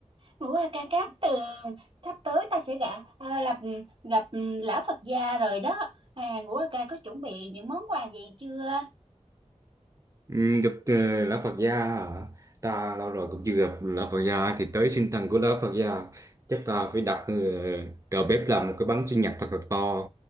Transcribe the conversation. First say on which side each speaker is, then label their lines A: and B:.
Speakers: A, on the right; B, on the right.
A: ngũ ca ca cát tường, sắp tới ta sẽ gặp, à, gặp, gặp lão Phật gia rồi đó. À, ngũ ca ca có chuẩn bị những món quà gì chưa?
B: Ừ, gặp ờ, lão Phật gia hả? Ta lâu rồi cũng chưa gặp lão Phật gia thì tới sinh thần của lão Phật gia chắc ta phải đặt uh, đầu bếp làm một cái bánh sinh nhật thật thật to